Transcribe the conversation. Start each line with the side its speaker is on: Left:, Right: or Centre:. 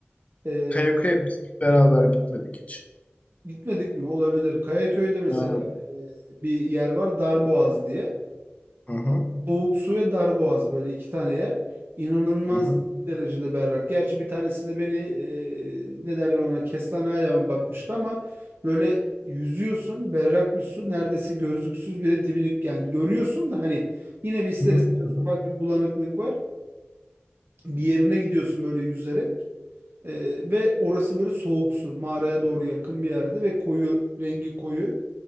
Right: E,
Left: Kayakaya biz beraber gitmedik hiç.
Right: gitmedik mi? Olabilir. Kayaköy'de mesela
Left: Ben yok.
Right: e, bir yer var Darboğaz diye.
Left: Hı hı.
Right: Soğuk su ve Darboğaz böyle iki tane yer. İnanılmaz
Left: Hı hı.
Right: derecede berrak. Gerçi bir tanesinde beni e, ne derler ona kestane ayağıma batmıştı ama böyle yüzüyorsun berrak bir su neredeyse gözlüksüz bile dibini yani görüyorsun da hani yine bir ister
Left: Hı hı.
Right: istemez
Left: Hı hı.
Right: ufak bir bulanıklık var. Bir yerine gidiyorsun böyle yüzerek E, ve orası böyle soğuk su mağaraya doğru yakın bir yerde ve koyu rengi koyu.